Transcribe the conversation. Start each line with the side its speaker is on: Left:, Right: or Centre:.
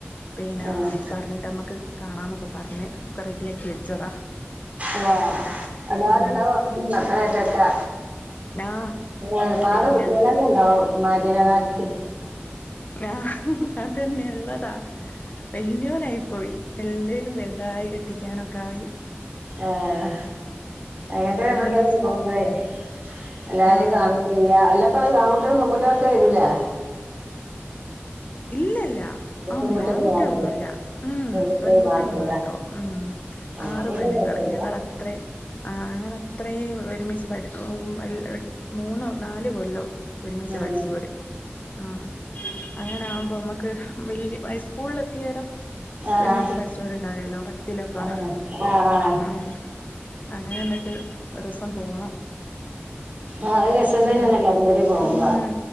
Left: പിന്നെ
Right: ആഹ്
Left: പർഞ്ഞിട്ട് അമ്മക്ക് കാണാന്നൊക്കെ പർഞ്ഞ് ഒക്ക റെഡിയാക്കി വെച്ചതാ
Right: ഏഹ് എല്ലാരുംണ്ടാവും
Left: ഉം
Right: <unintelligible> മക്കളെറ്റൊക്കെ
Left: ആഹ്
Right: ഒര്പാട്
Left: പിന്നെ
Right: കുട്ടിയളന്നെ ഇണ്ടാവും ഇമ്മാര്ട് നേക്കാട്ടി
Left: ഞാൻ അതന്നെ ഇള്ളതാ വല്ല്യോലായിപ്പോയി എല്ലരും വെൽതായി കെട്ടിക്കാനൊക്ക ആയി
Right: ആഹ്
Left: എന്നിട്ട്
Right: എങ്ങട്ടേലും
Left: അങ്ങനെ
Right: നമ്മള് ഇങ്ങനെ
Left: ഒരൂസം
Right: പോവ്മ്പളെ എല്ലാരിം
Left: ആഹ്
Right: കാണും ചെയ്യാ അല്ലപ്പത് ആങ്കുട്ടേളും പെങ്കുട്ടേളൊക്കെ വരൂല്ലെ
Left: ഇല്ലല്ല ആ
Right: പെൺകുട്ടികൾ
Left: ഒന്നുല്ല ആങ്കുട്ടൊളൊന്നുല്ല
Right: മാത്രം
Left: ഉം
Right: പെൺകുട്ടികൾ
Left: പെങ്കുട്ട്യള്
Right: മാത്രല്ല
Left: മാത്രേ ഉം
Right: ആഹ്
Left: ആറ്
Right: പിന്നെ
Left: പെണ്ണ്ങ്ങൾ
Right: കുഴപ്പല്ല
Left: ഞങ്ങൾ ത്രേം ആഹ് ഞങ്ങളത്രേം ഒരുമിച്ച് പഠി ഉം ൽ മൂന്ന് നാല് കൊല്ലം ഒരുമിച്ച്
Right: ആഹ്
Left: പഠിച്ചോര് ആഹ് അങ്ങനെ ആഉമ്പോ മ്മക്ക് വല്ല്യ ഐസ്കൂൾ എത്തിയേരം
Right: ആഹ്
Left: ഒരുമിച്ച് പഠിച്ചോര്ണ്ടാഅല്ലോ പത്തിലൊക്കാ
Right: ആഹ് ആഹ്
Left: ഉം അങ്ങനെന്ന്ട്ട് ഒരൂസം പോണം
Right: അഹ് രസം
Left: എന്തേലും
Right: തന്നെണ് എല്ലാരും കൂടി പോഉമ്പ
Left: ഉം